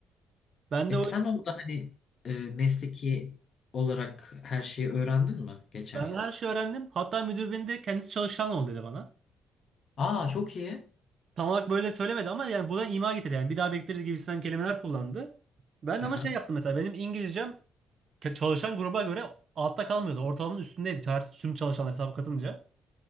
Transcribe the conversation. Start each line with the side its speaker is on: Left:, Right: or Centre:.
Right: Ben
Left: E
Right: de
Left: sen
Right: o yüzden
Left: orada hani e, mesleki olarak her şeyi öğrendin mi geçen
Right: ben
Left: yaz?
Right: her şeyi öğrendim. Hatta müdür beni de kendisi çalışan ol dedi bana.
Left: Aa çok iyi.
Right: Tam olarak böyle söylemedi ama yani bu da ima getirdi yani bir daha bekleriz gibisinden kelimeler kullandı. Ben
Left: Aha,
Right: de ama şey yaptım mesela benim İngilizcem ke- çalışan gruba göre altta kalmıyordu. Ortalamanın üstündeydi çağır- tüm çalışanlar hesaba katınca.